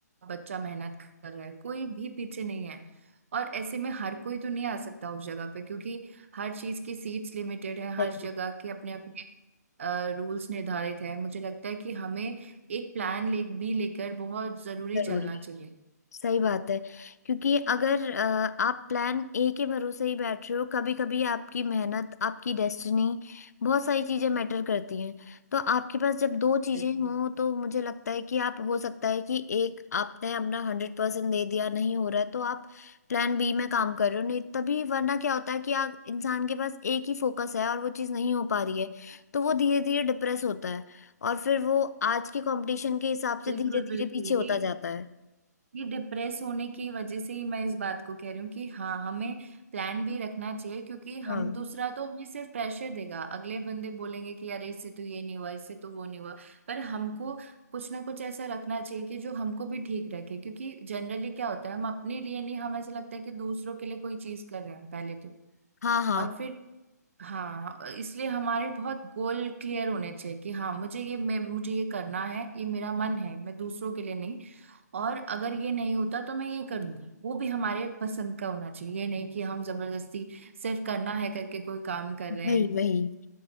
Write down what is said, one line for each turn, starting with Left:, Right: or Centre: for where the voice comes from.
Right: बच्चा मेहनत कर रहा है कोई भी पीछे नहीं है और ऐसे में हर कोई तो नहीं आ सकता उस जगह पे क्योंकि हर चीज की सीट्स लिमिटेड है
Left: सही
Right: हर जगह
Left: बात,
Right: के अपने अपने रूल्स निर्धारित है मुझे लगता है कि हमें एक प्लान ले भी लेकर बहुत जरूरी
Left: जरूरी
Right: चलना
Left: है।
Right: चाहिए
Left: सही बात है क्योंकि अगर अ, आप प्लान ए के भरोसे ही बैठ रहे हो कभी कभी आपकी मेहनत आपकी डेस्टिनी बहुत सारी चीजें मैटर करती हैं तो आपके पास जब दो चीजें
Right: बिल्कुल
Left: हों तो मुझे लगता है कि आप हो सकता है कि एक आपने अपना हंड्रेड परसेंट दे दिया नहीं हो रहा है तो आप प्लान बी में काम कर रहे हो नहीं तभी वरना क्या होता है कि आप इंसान के पास एक ही फोकस है और वो चीज नहीं हो पा रही है तो वो धीरे धीरे डिप्रेस होता है और फिर वो आज के कंपटीशन के हिसाब से
Right: बिल्कुल
Left: धीरे धीरे
Right: बिल्कुल
Left: पीछे होता
Right: ये
Left: जाता है
Right: ये डिप्रेस होने की वजह से ही मैं इस बात को कह रही हूँ कि हाँ हमें प्लान भी रखना चाहिए क्योंकि हम
Left: हाँ
Right: दूसरा तो हमें सिर्फ प्रेशर देगा अगले बंदे बोलेंगे कि यार इससे तो ये नहीं हुआ इससे तो वो नहीं हुआ पर हमको कुछ ना कुछ ऐसा रखना चाहिए कि जो हमको भी ठीक रखे क्योंकि जनरली क्या होता है हम अपने लिए नहीं हम ऐसा लगता है कि दूसरों के लिए कोई चीज कर रहे हैं पहले तो
Left: हाँ हाँ
Right: और फिर हाँ इसलिए हमारे बहुत गोल क्लियर होने चाहिए कि हाँ मुझे ये मैं मुझे ये करना है ये मेरा मन है मैं दूसरों के लिए नहीं और अगर ये नहीं होता तो मैं ये करूंगा वो भी हमारे पसंद का होना चाहिए ये नहीं कि हम जबरदस्ती सिर्फ करना है करके कोई काम कर रहे
Left: वही
Right: हैं
Left: वही